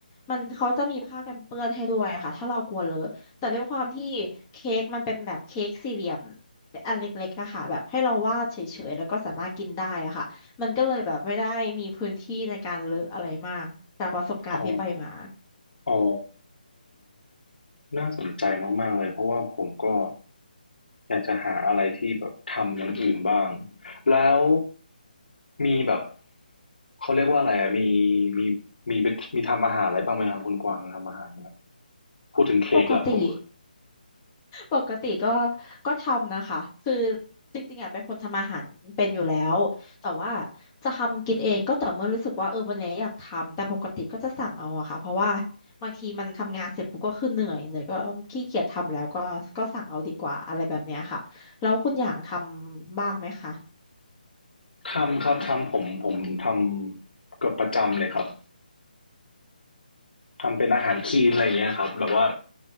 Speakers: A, on the left; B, on the left.
A: มันเขาจะมีผ้ากันเปื้อนให้ด้วยค่ะถ้าเรากลัวเลอะแต่ด้วยความที่เค้กมันเป็นแบบเค้กสี่เหลี่ยมอันเล็กๆอะค่ะแบบให้เราวาดเฉยๆแล้วก็สามารถกินได้อะค่ะมันก็เลยแบบไม่ได้มีพื้นที่ในการเลอะอะไรมากจากประสบการณ์ที่ไปมา
B: อ๋ออ๋อ น่าสนใจมากๆเลยเพราะว่าผมก็อยากจะหาอะไรที่แบบทำอย่างอื่นบ้างแล้วมีแบบเขาเรียกว่าอะไรอะมีมีมีไปมีทำอาหารอะไรบ้างไหมครับคุณกวางทำอาหารนะครับพูดถึงเค้กละผม
A: ปกติ ปกติก็ก็ทำนะคะคือจริงๆอ่ะเป็นคนทำอาหารเป็นอยู่แล้วแต่ว่าจะทำกินเองก็ต่อเมื่อรู้สึกว่าเออวันนี้อยากทำแต่ปกติก็จะสั่งเอาอะค่ะเพราะว่าบางทีมันทำงานเสร็จปุ๊บก็คือเหนื่อยเหนื่อยก็ขี้เกียจทำแล้วก็ก็สั่งเอาดีกว่าอะไรแบบเนี้ยค่ะแล้วคุณอย่างทำบ้างไหมคะ
B: ทำครับทำผมผมทำเกือบประจำเลยครับ ทำเป็นอาหารคลีนอะไรอย่างเงี้ยครับแบบว่า